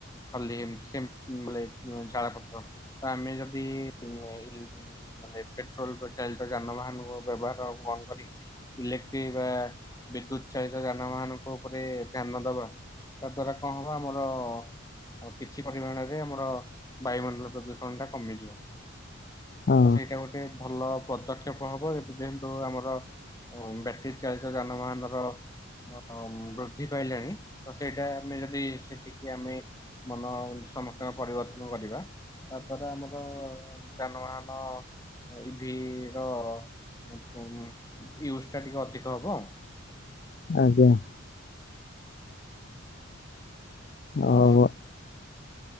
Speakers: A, on the left (about 15°); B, on the left (about 40°).
A: ଖଲି ଏମତି ସେମ ବୋଲେ ଅଁ, ଜାଳପତ୍ର ତ ଆମେ ଯଦି ଏଇ ବେ ନେଇବୁ ମାନେ ପେଟ୍ରୋଲ୍ ପ-ଚାଳିତ ଯାନବାହାନ କୁ ବ୍ୟବହାର ସବୁ ବନ୍ଦ କରି। ଇଲେକ୍ଟ୍ରିକ୍ ବା ବି ବିଦ୍ୟୁତ ଚାଳିତ ଯାନବାହାନଙ୍କ ଉପରେ ଧ୍ୟାନ ଦବା ତା ଦ୍ଵାରା କଣ ହବ ଆମର ଆଉ କିଛି ପରିମାଣରେ ଆମର ବାୟୁମଣ୍ଡଳ ପ୍ରଦୂଷଣଟା କମିଯିବ।
B: ହଁ
A: ତ ସେଇଟା ଗୋଟେ ଭଲ ପଦକ୍ଷେପ ହବ। ଯେହେତୁ ଆମର ଅ, ବ୍ୟାଟରୀ ଚାଳିତ ଯାନ ବାହାନର ଅ, ଉଁ, ବୃଦ୍ଧି ପାଇଲାଣି ତ ସେଇଟା ଆମେ ଯଦି ସେଠିକି ଆମେ ମନ ସମସ୍ତଙ୍କ ପରିବର୍ତ୍ତନ କରିବା। ତାପରେ ଆମର ଯାନବାହାନ ଇଭି ର ଅପ-ଉଁ, ୟୁଜ୍ ଟା ଟିକେ ଅଧିକ ହବ।
B: ଆଜ୍ଞା। ଆଉ
A: ଅ
B: ବ